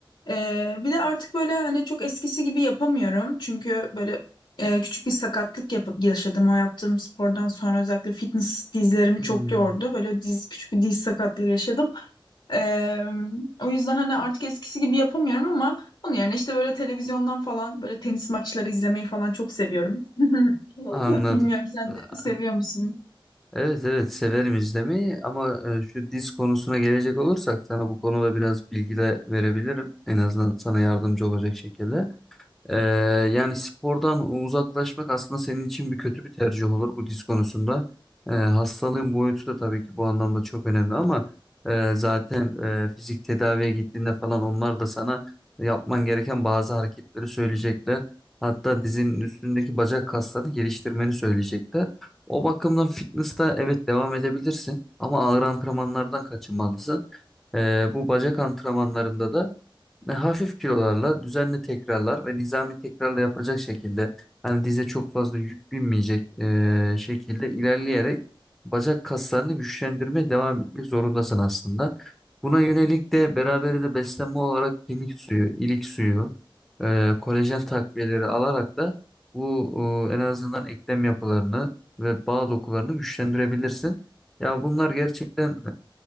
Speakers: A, on the left; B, in the centre.
A: Ee, bir de artık böyle hani çok eskisi gibi yapamıyorum. Çünkü böyle e, küçük bir sakatlık yap- yaşadım o yaptığım spordan sonra özellikle fitness dizlerimi
B: Hmm.
A: çok yordu. Böyle diz küçük bir diz sakatlığı yaşadım. Eee, o yüzden hani artık eskisi gibi yapamıyorum ama onun yerine işte böyle televizyondan falan böyle tenis maçları izlemeyi falan çok seviyorum. <laughs>
B: Anladım.
A: Bilmiyorum sen
B: Ee,
A: de seviyor musun?
B: Evet evet severim izlemeyi ama e, şu diz konusuna gelecek olursak sana bu konuda biraz bilgi de verebilirim. En azından sana yardımcı olacak şekilde. Ee, yani spordan uzaklaşmak aslında senin için bir kötü bir tercih olur bu diz konusunda. Ee, hastalığın boyutu da tabii ki bu anlamda çok önemli ama e, zaten e, fizik tedaviye gittiğinde falan onlar da sana yapman gereken bazı hareketleri söyleyecekler. Hatta dizinin üstündeki bacak kaslarını geliştirmeni söyleyecekler. O bakımdan fitness'ta evet devam edebilirsin ama ağır antrenmanlardan kaçınmalısın. Ee, bu bacak antrenmanlarında da ve hafif kilolarla düzenli tekrarlar ve nizami tekrarla yapacak şekilde hani dize çok fazla yük binmeyecek e, şekilde ilerleyerek bacak kaslarını güçlendirmeye devam etmek zorundasın aslında. Buna yönelik de beraberinde beslenme olarak kemik suyu, ilik suyu, e, kolajen takviyeleri alarak da bu e, en azından eklem yapılarını ve bağ dokularını güçlendirebilirsin. Ya bunlar gerçekten